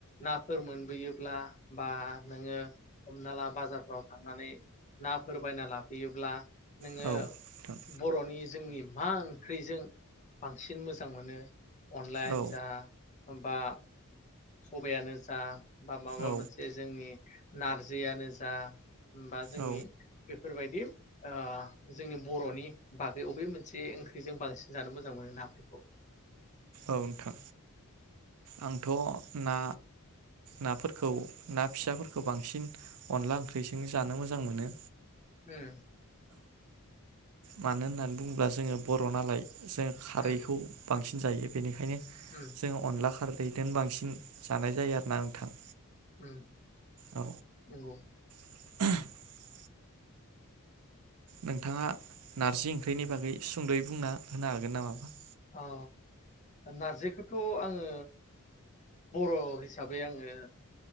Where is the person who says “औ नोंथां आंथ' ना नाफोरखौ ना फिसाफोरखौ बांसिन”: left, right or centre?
Right